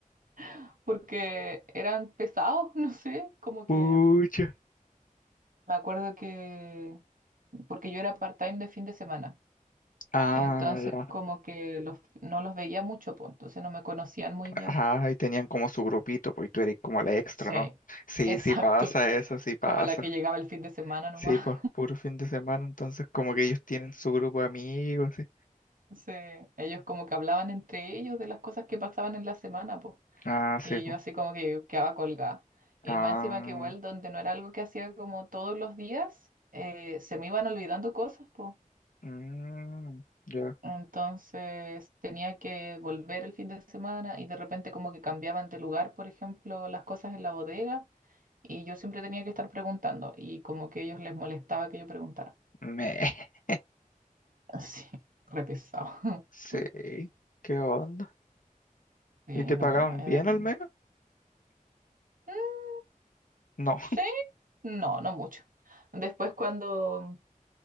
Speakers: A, on the right; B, on the left.
A: <laughs> porque eran pesados, <laughs> no sé, como
B: Pucha.
A: que... Me acuerdo que, porque yo era part-time de fin de semana,
B: Ah,
A: entonces
B: ya.
A: como que los, no los veía mucho, pues, entonces no me conocían muy
B: Ah,
A: bien.
B: y tenían como su grupito, pues, y tú eres como la extra,
A: Sí,
B: ¿no?
A: <laughs>
B: Sí,
A: exacto,
B: sí pasa eso, sí pasa.
A: como la que llegaba el fin de semana nomás.
B: Sí, pues, puro fin de semana, entonces como que ellos tienen su grupo de amigos, sí.
A: <laughs> sí ellos como que hablaban entre ellos de las cosas que pasaban en la semana, pues,
B: Ah, sí,
A: y
B: pues.
A: yo así como que quedaba colgada. Y
B: Ah,
A: más encima que igual, donde no era algo que hacía como todos los días, eh, se me iban olvidando cosas, pues.
B: mm, ya.
A: Entonces tenía que volver el fin de semana y de repente como que cambiaban de lugar, por ejemplo, las cosas en la bodega y yo siempre tenía que estar preguntando y como que a ellos les molestaba que yo preguntara.
B: Me. <laughs>
A: Así, <laughs> re pesado.
B: Sí,
A: <laughs>
B: ¿qué onda?
A: Sí,
B: ¿Y te
A: no,
B: pagaban
A: era, eran...
B: bien al menos?
A: "Mm,
B: No.
A: Sí,
B: <laughs>
A: no, no mucho. Después cuando,